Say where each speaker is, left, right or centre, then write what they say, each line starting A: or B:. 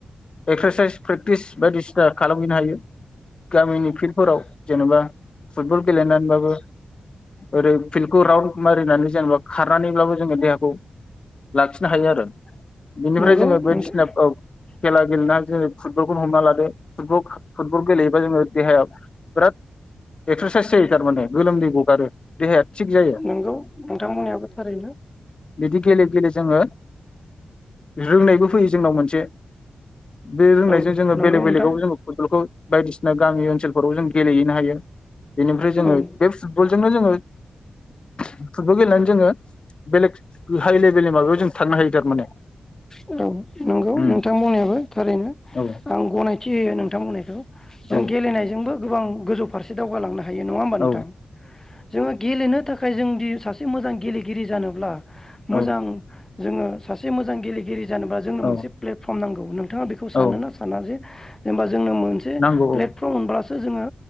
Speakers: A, on the left; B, on the left.
A: एक्सारसाइस प्रेक्टिस बायदिसिना खालामहैनो हायो गामिनि फिल्डफोराव जेनेबा फुटबल गेलेनानैबाबो ओरै फिल्डखौ राउन्ड मारिनानै जेनेबा खारनानैब्लाबो जोङो देहाखौ। लाखिनो हायो आरो। बिनिफ्राय
B: नंगौ
A: जोङो बायदिसिना
B: नोंथां
A: औ। खेला गेलेनानै जोङो फुटबलखौनो हमना लादो फुटब फुटबल गेलेयोबा जोङो देहाया बिराद एक्सारसाइस जायो थारमाने गोलोमदै गगारो देहाया। थिग जायो
B: नोंगौ नोंथां बुंनायाबो थारैनो।
A: बेदि गेले गेले। जोङो रोंनायबो फैयो जोंनाव मोनसे। बे रोंनायजों
B: औ
A: जोङो
B: नंगौ
A: बेलेग
B: नोंथां
A: बेलेगाव जोङ फुटबलखौ। बायदिसिना गामि ओनसोलफोराव जों गेलेहैनो हायो। बेनिफ्राय जोङो
B: औ
A: बे फुटबलजोंनो जोङो। फुटबल गेलेनानै जोङो बेलेग हाइ लेभ बेले माबायाव जों थां हायो थारमाने।
B: औ नंगौ
A: उम
B: नोंथां बुंनायाबो थारैनो
A: औ
B: आं गनायथि होयो नोंथां बुंनायखौ जों
A: औ
B: गेलेनायजोंबो। गोबां गोजौ फारसे दावगालांनो हायो। नङा होमबा नोंथां
A: औ
B: जोङो गेलेनो थाखाय फ्राय जों दि सा से मोजां गेलेगिरि जानोब्ला
A: औ
B: मोजां जोङो सासे मोजां गेलेगिरि जानोबा जोंनो
A: औ
B: मोनसे प्लेटफर्म नांगौ नोंथाङा बेखौ सानो
A: औ
B: ना साना जे जेनेबा जोंनो मोनसे
A: नांगौ
B: प्लेटफर्म
A: औ
B: मोनब्ला जोङो